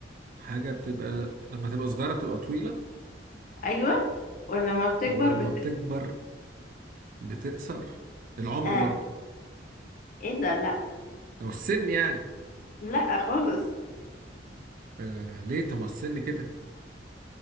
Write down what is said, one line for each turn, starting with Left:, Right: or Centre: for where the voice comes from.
Right: حاجه بتبقى لما تبقى صغيره بتبقى طويله
Left: ايوه ولما بتكبر
Right: ولما
Left: بتقصر
Right: بتكبر بتقصر العمر
Left: اه
Right: برضو
Left: ايه ده لا
Right: او السن يعني
Left: لا خالص
Right: آه ليه طب ما السن كده